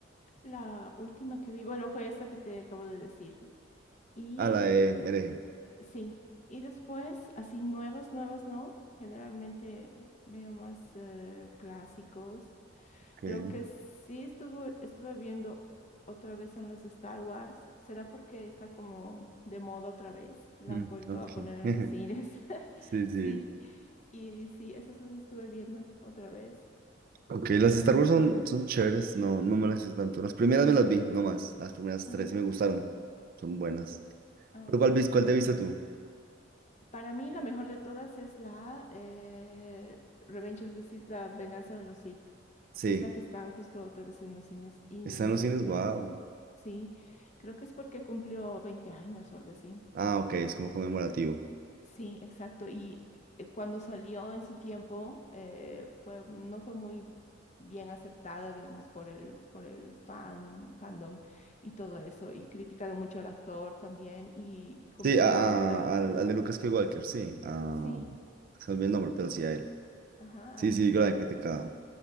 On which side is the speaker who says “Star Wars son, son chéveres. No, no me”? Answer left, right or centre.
Right